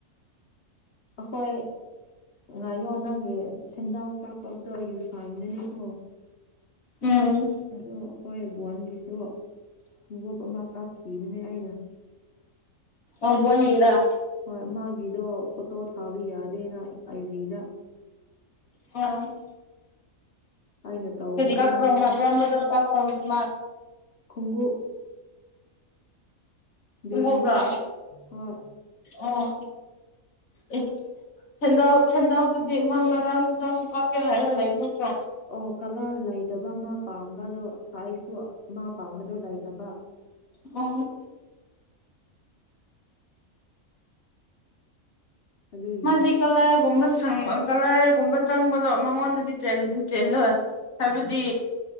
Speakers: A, on the left (about 50°); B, on the left (about 80°).
A: ꯑꯩꯈꯣꯏ ꯉꯥꯏꯌꯣ ꯅꯪꯒꯤ ꯁꯦꯟꯗꯥ ꯀꯛꯄꯛꯗꯣ ꯌꯨꯁꯥꯏꯟꯗꯅꯦꯀꯣ <inaudible>
B: ꯎꯝ
A: ꯑꯗꯣ ꯍꯣꯏ ꯕꯣꯟꯒꯤꯁꯨ ꯈꯣꯡꯎꯨꯞ ꯑꯃ ꯀꯥꯞꯈꯤꯕꯅꯦ ꯑꯩ
B: ꯑꯣ ꯐꯟꯒꯔ <inaudible>
A: ꯍꯣꯏ ꯃꯥꯒꯤꯗꯣ ꯐꯣꯇꯣ ꯊꯥꯕ ꯌꯥꯗꯦꯅ ꯑꯩꯖꯤꯗ
B: ꯑꯝ
A: ꯑꯩꯅ ꯇꯧꯕꯤꯌꯣ
B: ꯀꯥ ꯀ꯭ꯔ
A: ꯍꯥꯏꯔꯒ
B: ꯃꯥ ꯀꯥ ꯀ꯭ꯔ ꯃꯥ <inaudible>
A: ꯈꯣꯡꯎꯨꯞ
B: ꯈꯨꯡꯒꯕꯥ
A: ꯕꯦꯟꯁꯇꯣ ꯍꯣꯏ
B: ꯑꯣ <inaudible> ꯁꯦꯟꯗꯥꯎ ꯁꯦꯟꯗꯥꯎꯗꯨꯗꯤ ꯃꯥ ꯃꯗꯎ ꯁꯦꯟꯖꯥꯎꯁꯨ ꯄꯥꯛꯀꯦ ꯍꯥꯏꯔꯣ ꯂꯩ ꯃꯨꯠꯇ꯭ꯔ
A: ꯑꯣ ꯀꯂꯔ ꯂꯩꯇꯕ ꯃꯥ ꯄꯥꯝꯕꯗꯣ ꯁꯥꯏꯖꯁꯨ ꯃꯥ ꯄꯥꯝꯕꯗꯣ ꯂꯩꯇꯕ
B: ꯎꯝ
A: ꯑꯗꯨꯒꯤꯅꯤ
B: ꯃꯥꯖꯤ ꯀꯂꯥꯏꯒꯨꯝꯕ ꯁꯪꯕ ꯀꯂꯥꯏꯒꯨꯝꯕ ꯆꯪꯕꯗꯣ ꯃꯉꯣꯟꯗꯗꯤ ꯆꯦꯜꯂꯣꯏ ꯍꯥꯏꯕꯗꯤ